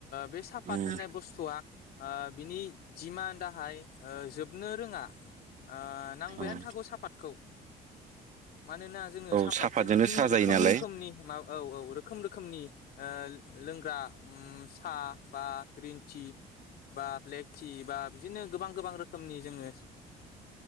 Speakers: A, on the left; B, on the right.
A: बे साफात
B: उम
A: होननाय बुस्थुआ बिनि जिमान जोबनो रोङा ओ नांबायानो
B: उम औ
A: थागौ सापातखौ। मानोना जोङो
B: औ
A: सापातजों
B: साफातजोंनो
A: बिदिनो
B: साहा जायो
A: रोखोम
B: नालाय
A: रोखोमनि माबा औ औ। रोख रोखोमनि ओ लोंग्रा ओम साबा टि बा ब्लेक टि बा बिदिनो गोबां गोबां रोखोमनि जोङो